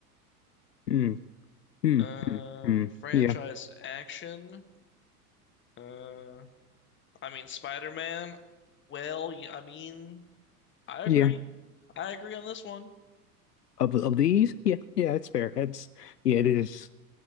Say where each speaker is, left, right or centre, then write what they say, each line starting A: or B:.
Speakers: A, on the left; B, on the left.
A: mm, mm,
B: Uh,
A: mm, mm,
B: franchise
A: yeah,
B: action. Uh, I mean Spider-Man. Well, y- I mean, I
A: yeah.
B: agree. I agree on this one.
A: Of of these, yeah, yeah, it's fair. It's yeah, it is.